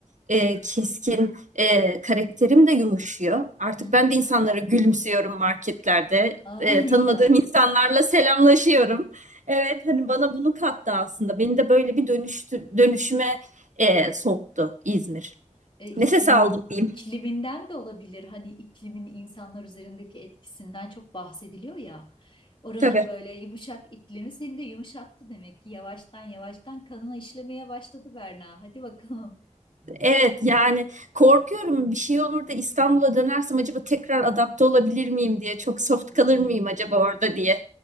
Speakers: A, on the right; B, on the left.
A: e, keskin e, karakterim de yumuşuyor. Artık
B: Hı hı.
A: ben de insanlara gülümsüyorum marketlerde.
B: Aa,
A: E,
B: <laughs> ne
A: tanımadığım
B: güzel.
A: insanlarla selamlaşıyorum. Evet, hani bana bunu kattı aslında. Beni de böyle bir dönüştü, dönüşüme e, soktu İzmir.
B: e, iklimin
A: Nefes aldım diyeyim.
B: ikliminden de olabilir. Hani iklimin insanlar üzerindeki etkisinden çok bahsediliyor ya. Oranın
A: Tabii.
B: böyle yumuşak iklimi seni de yumuşattı demek ki. Yavaştan yavaştan kanına işlemeye başladı Berna. Hadi bakalım.
A: Evet, yani korkuyorum bir şey olur da İstanbul'a dönersem acaba tekrar adapte olabilir miyim diye. Çok soft
B: Hmm,
A: kalır mıyım acaba orada diye.